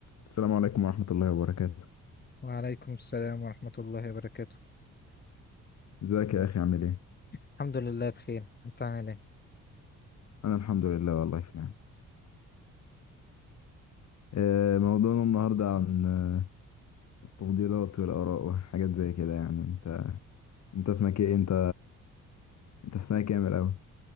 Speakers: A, on the left; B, on the left.
A: السلام عليكم ورحمة الله وبركاته
B: وعليكم السلام ورحمة الله وبركاته
A: ازيك يا أخي عامل ايه؟
B: الحمد لله بخير انت عامل ايه؟
A: أنا الحمد لله والله في نعم آه، موضوعنا النهاردة عن آه، التفضيلات والآراء وحاجات زي كده يعني انت انت اسمك ايه؟ انت انت في سنة كام الأول؟